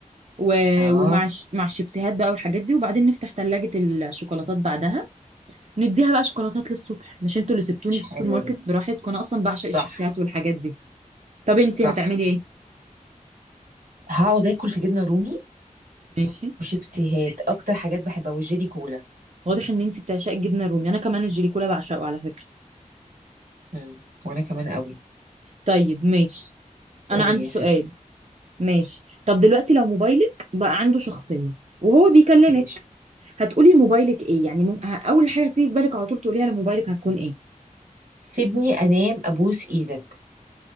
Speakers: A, on the right (about 55°); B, on the right (about 85°).
A: و...
B: اه
A: ومع الش... مع الشيبسيهات بقى والحاجات دي وبعدين نفتح ثلاجه الشوكولاتات بعدها نديها بقى شوكولاتات للصبح مش انتوا اللي سبتوني في السوبر
B: حلو
A: ماركت
B: ده
A: براحتكم انا اصلا بعشق الشيبسيهات
B: صح
A: والحاجات دي طب انتي
B: صح
A: هتعملي ايه
B: هقعد اكل في جبنه رومي
A: ماشي
B: وشيبسيهات اكتر حاجات بحبها والجيلي كولا
A: واضح ان انتي بتعشقي الجبنه الرومي انا كمان الجليكولا بعشقه على فكره
B: مم. وانا كمان قوي
A: طيب ماشي
B: قول
A: انا عندي
B: يا
A: سؤال
B: ستي
A: ماشي طب دلوقتي لو موبايلك بقى عنده شخصية وهو بيكلمك
B: ماشي
A: هتقولي لموبايلك ايه يعني مم... ه- اول حاجة تيجي في بالك على طول تقوليها لموبايلك هتكون ايه
B: سيبني انام ابوس ايدك